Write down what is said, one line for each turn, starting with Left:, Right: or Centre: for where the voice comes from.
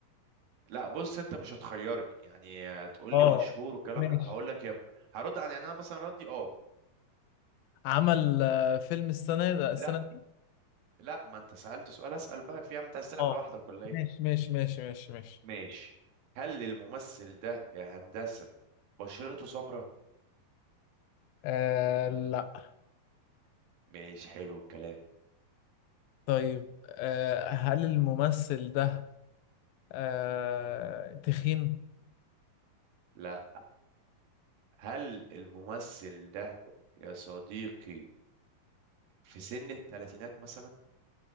Right: لا بص انت مش هتخيرني يعني آه، تقول
Left: اه
Right: لي مشهور والكلام
Left: ماشي
Right: ده هقول لك يا ب... هرد عن يعني انا مثلا ردي اه
Left: عمل آه، فيلم السنه ده السنه
Right: لا
Left: دي
Right: لا ما انت سالت سؤال اسال بقى في يا عم انت عايز تلعب
Left: اه
Right: لوحدك ولا ايه
Left: ماشي ماشي ماشي ماشي ماشي
Right: ماشي هل الممثل ده يا هندسه بشرته سمراء
Left: آه لا
Right: مش حلو الكلام
Left: طيب آه، هل الممثل ده آه، تخين؟
Right: لا هل الممثل ده يا صديقي في سن الثلاثينات مثلا